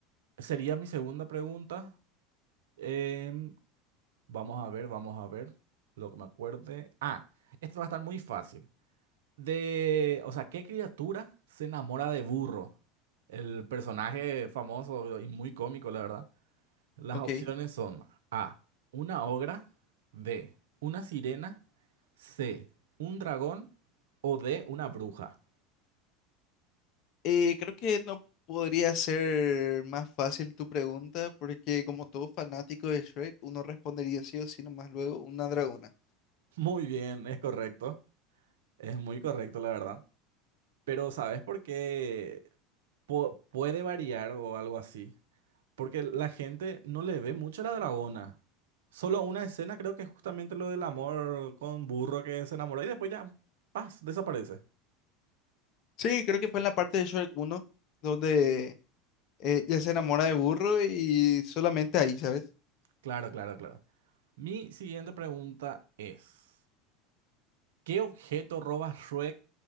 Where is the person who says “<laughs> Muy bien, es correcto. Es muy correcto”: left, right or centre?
Right